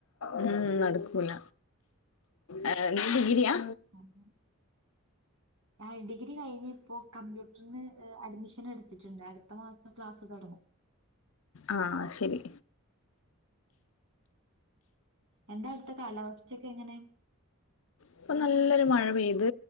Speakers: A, on the left; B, on the right.
A: ഉം നടക്കൂല അം നീ ഡിഗ്രിയാ
B: ആഹ് ഞാൻ ഡിഗ്രി കഴിഞ്ഞ് ഇപ്പോ കമ്പ്യൂട്ടറിന് അഡ്മിഷൻ എടുത്തിട്ടുണ്ട് അടുത്ത മാസം ക്ലാസ്സ് തുടങ്ങും
A: ആഹ് ശരി
B: എന്താ അവടുത്തെ കാലാവസ്ഥൊക്കെ എങ്ങനെ
A: ഇപ്പൊ നല്ലൊരു മഴ പെയ്ത്